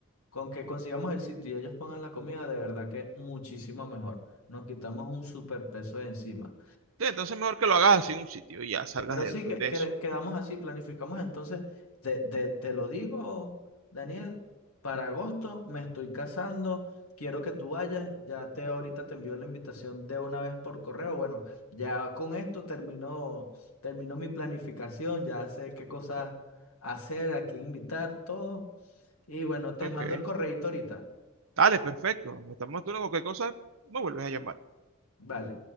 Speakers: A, on the left (about 75°); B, on the right (about 65°).
A: Con que consigamos el sitio y ellos pongan la comida, de verdad que muchísimo mejor. Nos quitamos un superpeso de encima.
B: Sí, entonces mejor que lo hagas así en un sitio y ya salgas
A: Pero
B: de,
A: sí, que,
B: de
A: que-
B: eso.
A: quedamos así, planificamos. Entonces, te, te- te lo digo, Daniel, para agosto me estoy casando, quiero que tú vayas, ya te ahorita te envío la invitación de una vez por correo. Bueno, ya con esto terminó, terminó mi planificación, ya sé qué cosas hacer, a quién invitar, todo. Y bueno, te
B: Ok.
A: mando el correíto ahorita.
B: Dale, perfecto. Estamos tú en cualquier cosa, me vuelves a llamar.
A: Vale.